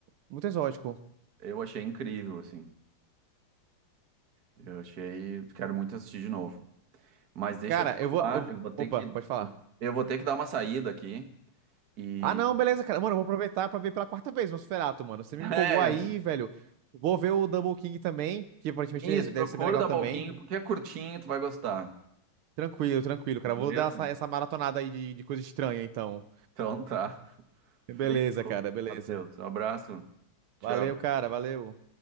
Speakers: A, on the right (about 85°); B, on the right (about 50°).
A: muito exótico.
B: Eu achei incrível, assim. Eu achei. Quero muito assistir de novo. Mas deixa
A: Cara,
B: eu te falar,
A: eu vou, eu... vou-
B: eu vou ter
A: Opa,
B: que,
A: pode falar.
B: eu vou ter que dar uma saída aqui. E.
A: Ah, não, beleza, cara. Mano, eu vou aproveitar pra ver pela quarta vez Nosferatu, mano. Você me
B: <laughs>
A: empolgou aí, velho. Vou ver o Double King também, que aparentemente
B: É, isso,
A: deve
B: procura
A: ser bem legal
B: o da
A: também.
B: Balquinho, porque é curtinho, tu vai gostar.
A: Tranquilo, tranquilo,
B: Beleza?
A: cara. Vou dar essa, essa maratonada aí de, de coisa estranha, então.
B: Então tá. Feito,
A: Beleza, cara, beleza.
B: Matheus. Um abraço. Tchau.
A: Valeu, cara, valeu.